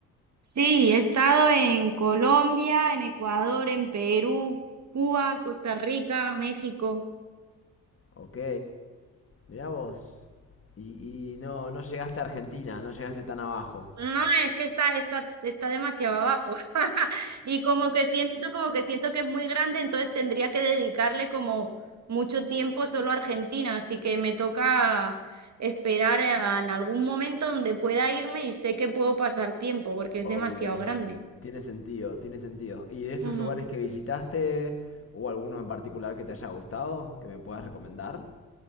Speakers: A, on the right; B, on the left.
A: Sí, he estado en Colombia, en Ecuador, en Perú, Cuba, Costa Rica, México.
B: Ok, mirá vos. Y, y no, no llegaste a Argentina, no llegaste tan abajo.
A: No, es que está, está, está demasiado abajo. <laughs> Y como que siento, como que siento que es muy grande, entonces tendría que dedicarle como mucho tiempo solo a Argentina. Así que me toca esperar a- en algún momento donde pueda irme y sé que puedo pasar tiempo porque
B: Obvio.
A: es demasiado grande.
B: Tiene sentido, tiene sentido. ¿Y de esos
A: Ujú.
B: lugares que visitaste, hubo alguno en particular que te haya gustado, que me puedas recomendar?